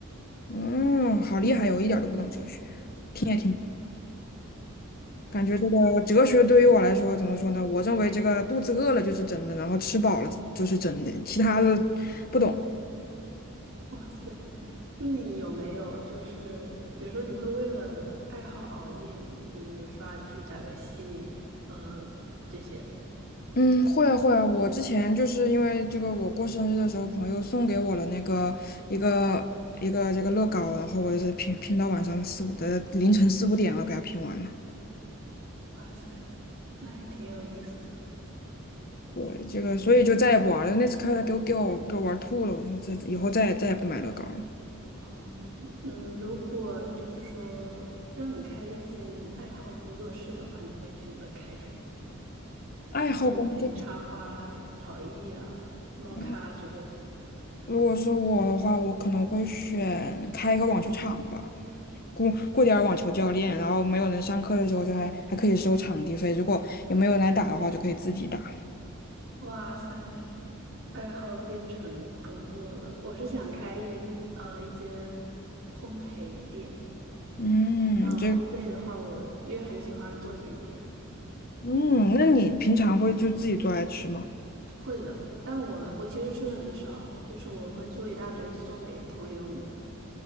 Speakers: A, on the left (about 45°); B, on the right (about 65°).
A: 嗯，好厉害我一点儿都不懂哲学，听也听不懂，感觉这个哲学对于我来说怎么说呢？我认为这个肚子饿了就是真的，然后吃饱了就是真的，其他的不懂。
B: 哇塞，那你有没有就是比如说你会为了爱好熬夜吗？比如刷剧、打游戏，呃这些。
A: 嗯，会啊会啊，我之前就是因为这个，我过生日的时候，朋友送给我了那个一个一个这个乐高，然后我是拼拼到晚上四五的凌晨四五点了，给它拼完了。
B: 哇塞，那还挺有意思的。
A: 对，这个所以就再也不玩了。那次开始给我给我给我玩吐了，我说这以后再也再也不买乐高了。
B: 哦，嗯，如果就是说让你开一间爱好工作室的话，你会选择开什么？些烘焙、
A: 爱好工作室
B: 插花、陶艺呀、猫咖之类的。
A: 嗯如果是我的话，我可能会选开一个网球场吧，雇雇点儿网球教练，然后没有人上课的时候就还还可以收场地费，如果也没有人来打的话，我就可以自己打。
B: 哇塞，爱好变成工作了。我是想开一呃一间烘焙店，
A: 嗯，
B: 然后烘焙的话我，
A: 这个，
B: 因为很喜欢做甜点，
A: 嗯，那你平常会就自己做来吃吗？
B: 会的。但我我其实吃的很少，就是我会做一大堆送给朋友们。